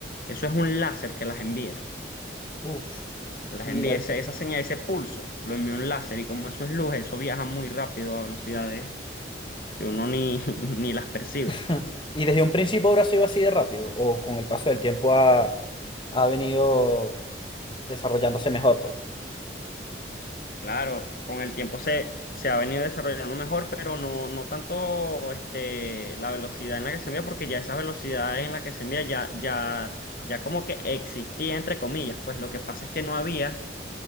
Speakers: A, on the left; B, on the left.
A: Eso es un láser que las envía.
B: Uf,
A: Las
B: mira.
A: envía ese- esa señal, ese pulso, lo envía un láser y como eso es luz, eso viaja muy rápido a velocidades que uno ni, <laughs> ni las percibe.
B: <laughs> Y desde un principio ahora ha sido así de rápido. O con el paso del tiempo ha, ha venido desarrollándose mejor, pues.
A: Claro, con el tiempo se, se ha venido desarrollando mejor, pero no, no tanto este, la velocidad en la que se envía, porque ya esa velocidad en la que se envía ya, ya, ya como que existía, entre comillas, pues lo que pasa es que no había